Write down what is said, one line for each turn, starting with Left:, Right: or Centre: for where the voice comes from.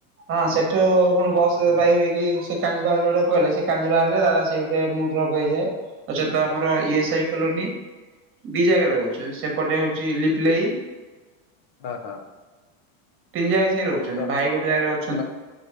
Right: ହଁ ସେଠୁ କଣ ବସ ପାଇଭାଇକି ସେ <unintelligible> କହିଲେ ସେ କାଞ୍ଜି ବାହାରିଲେ ଦାଦା ସେଇଟେ ମୁଁ ଡ୍ରପ ହେଇଯାଏ ଆଉସେତ ଆମର ଇଏସ୍ ଆଇ କଲୋନୀ। ଦି ଜାଗାରେ ହଉଚି ସେପଟେ ହଉଚି ଲିପଲେଇ
Left: ହଁ ହଁ।
Right: ତିନି ଜାଗା ସେଏ ରହୁଛନ୍ତି
Left: ତ
Right: ଭାଇ ଗୋଟେ ଜାଗାରେ ରହୁ
Left: ମା